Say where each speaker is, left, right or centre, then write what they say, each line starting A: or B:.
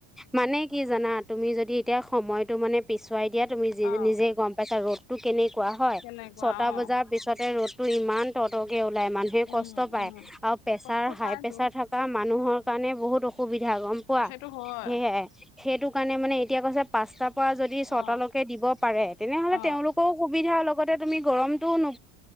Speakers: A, in the centre; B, on the left.
A: মানে কি জানা তুমি যদি এতিয়া সময়তটো মানে পিছুৱাই দিয়া তুমি
B: অ
A: নিজে গম পাইছা ৰ'দতটো কেনেকুৱা হয়
B: কেনেকুৱা
A: ছয়টা
B: অ
A: বজাত পিছতে ৰ'দ টো ইমান তহ, তহকে ওলাই মানুহে
B: উম
A: কষ্ট পায়
B: উম
A: আৰু প্ৰেছাৰ
B: কষ্ট
A: হাই
B: পাইতো
A: প্ৰেছাৰ থাক থকা মানুহৰ কাৰণে বহুত অসুবিধা গম পোৱা?
B: সেইটো হয়।
A: সেয়াই সেইটো কাৰণে এতিয়া কৈছে পাঁচটাৰ পৰা যদি ছটা
B: অ
A: লকে দিব পাৰে তেনেহলে
B: অ
A: তেওঁলোক টো সুবিধা লগতে তুমি গৰমটো নো